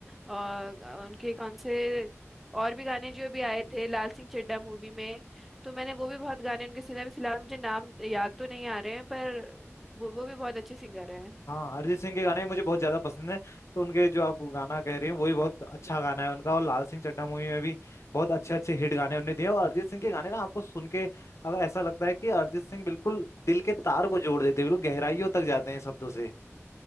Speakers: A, in the centre; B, on the left (about 65°).
A: और उनके कौन से और भी गाने जो भी आए थे लाल सिंह चड्ढा मूवी में तो मैंने वो भी बहुत गाने उनके सुने अभी फिलहाल मुझे नाम याद तो नहीं आ रहे हैं पर वो, वो भी बहुत अच्छे सिंगर हैं
B: हाँ अरिजीत सिंह के गाने मुझे बहुत ज्यादा पसंद है तो उनके जो आप गाना कह रहे हैं वही बहुत अच्छा गाना है उनका और लाल सिंह चड्ढा मूवी में भी बहुत अच्छे अच्छे हिट गाने उन्होंने दिए हैं। और अरिजीत सिंह के गाने ना आपको सुन के अगर ऐसा लगता है कि अरिजीत सिंह बिल्कुल दिल के तार को जोड़ देते हैं बिल्कुल गहराइयों तक जाते हैं शब्दों से